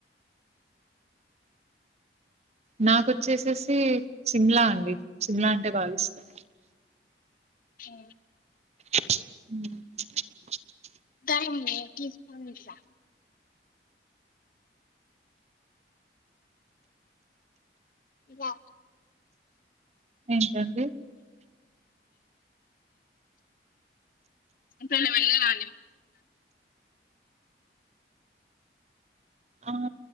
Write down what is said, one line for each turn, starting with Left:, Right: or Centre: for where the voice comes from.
Right: నాకొచ్చేసేసి సిమ్లా అండి సిమ్లా అంటే భావిస్తాం
Left: హ
Right: అ
Left: లా వా
Right: ఏంటండి?
Left: అంత వెళ ని రా
Right: ఆ